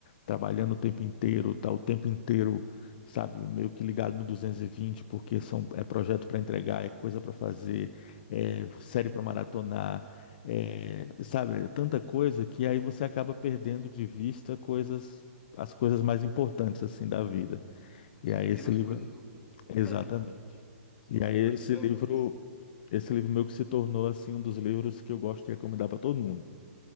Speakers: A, on the left; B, in the centre.
A: trabalhando o tempo inteiro, está o tempo inteiro, sabe, meio que ligado no 220, porque são, é projeto para entregar, é coisa para fazer, é série para maratonar, é, sabe, é tanta coisa que aí você acaba perdendo de vista coisas. As coisas mais importantes assim da vida. E
B: As
A: aí
B: pequenas
A: esse livro
B: coisas, né?
A: Exatamente.
B: <laughs> São
A: E aí
B: as mais
A: esse
B: importantes.
A: livro, esse livro meu que se tornou assim um dos livros que eu gosto de recomendar para todo mundo.